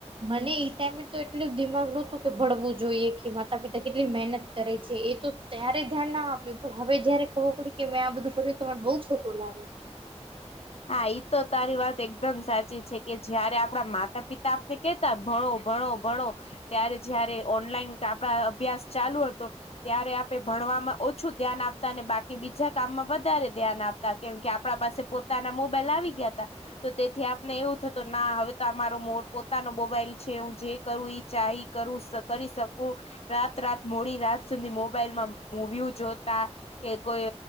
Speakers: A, on the right; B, on the left.
A: મને એ ટાઈમે તો એટલું દિમાગ નોતું કે ભણવું જોઈએ કે માતા પિતા કેટલી મહેનત કરે છે, એ તો ત્યારે ધ્યાનના આપ્યું પણ હવે જયારે ખબર પડી કે મેં આ બધું કર્યું તો આજ બહુજ સોટું લાગુ.
B: હા ઈતો તારી વાત એકદમ સાચી છે, કે જયારે આપડા માતા પિતા કે કેતા ભણો, ભણો, ભણો ત્યારે જયારે ઓનલાઈન આપડા અભ્યાસ ચાલુ હતો ત્યારે આપે ભણવામાં ઓછું ધ્યાન આપતા અને બાકી બીજા કામમાં વધારે ધ્યાન આપ તા કેમ કે, આપડા પાસે પોતાના મોબાઈલ આવી ગયા તા તો તેથી આપને એવું થતું ના હવે તો આ મારો પોતાનો મોબાઈલ છે, હું જે કરું ઈ ચાઈ કરું શ કરી શકું રાત રાત મોડી રાત સુધી મોબાઈલમાં મુવીઊં જોતા કે કોઈ